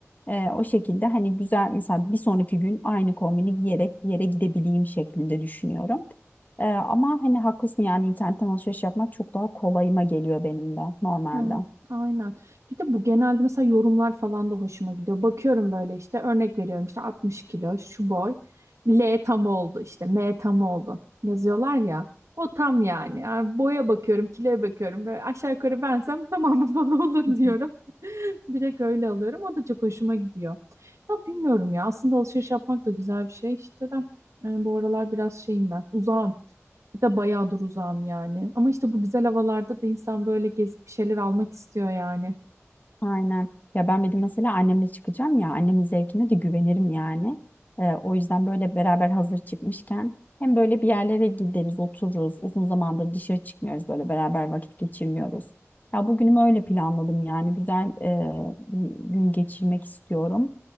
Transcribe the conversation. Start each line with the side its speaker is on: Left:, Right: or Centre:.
Left: E, o şekilde hani güzel mesela bir sonraki gün aynı kombini giyerek bir yere gidebileyim şeklinde düşünüyorum. Ee, ama hani haklısın yani internetten alışveriş yapmak çok daha kolayıma geliyor benim de normalde.
Right: Evet,
Left: Hı
Right: aynen. Bir de bu genelde mesela yorumlar falan da hoşuma gidiyor. Bakıyorum böyle işte örnek veriyorum işte 60 kilo şu boy. L tam oldu işte M tam oldu yazıyorlar ya. O tam yani. Yani boya bakıyorum, kiloya bakıyorum. Böyle aşağı yukarı bensem <laughs> tamam bu bana olur
Left: hı.
Right: diyorum. <laughs> Direkt öyle alıyorum. O da çok hoşuma gidiyor. Ya bilmiyorum ya. Aslında alışveriş yapmak da güzel bir şey işte de. e, bu aralar biraz şeyim ben. Uzağım. Bir de bayağıdır uzağım yani. Ama işte bu güzel havalarda da insan böyle gezip bir şeyler almak istiyor yani.
Left: Aynen. Ya ben bir de mesela annemle çıkacağım ya annemin zevkine de güvenirim yani. Ee, o yüzden böyle beraber hazır çıkmışken hem böyle bir yerlere gideriz, otururuz. Uzun zamandır dışarı çıkmıyoruz böyle beraber vakit geçirmiyoruz. Ya bugünümü öyle planladım yani güzel e, bir gün geçirmek istiyorum.